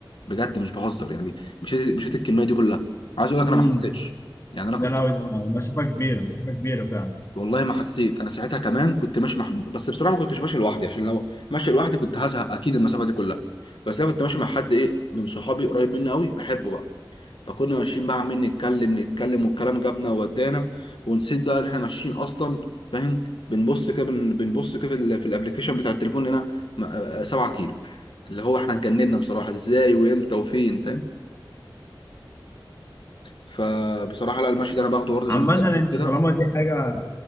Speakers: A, on the left; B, on the left.
A: بجد مش بهزر يعني مشيت مشيت الكميه دي كلها عايز اقول لك
B: امم
A: انا ما حسيتش يعني انا كنت
B: ده لو ده مسافة كبيرة مسافة كبيرة فعلا
A: والله ما حسيت انا ساعتها كمان كنت ماشي مع بس بصراحه ما كنتش ماشي لوحدي عشان لو ماشي لوحدي كنت هزهق اكيد المسافه دي كلها بس انا كنت ماشي مع حد ايه من صحابي قريب مني قوي بحبه بقى فكنا ماشيين بقى عمالين نتكلم نتكلم والكلام جابنا وودانا ونسيت بقى ان احنا ماشيين اصلا فاهم بنبص كده بن- بنبص كده في ال- في الابليكيشن بتاع التليفون لقينا م- آه، 7 كيلو اللي هو احنا اتجننا بصراحه ازاي وامتى وفين فاهم فبصراحه لا المشي ده انا باخده برضه زي
B: عامة
A: ما انت بتقول
B: انت
A: كده
B: طالما دي حاجة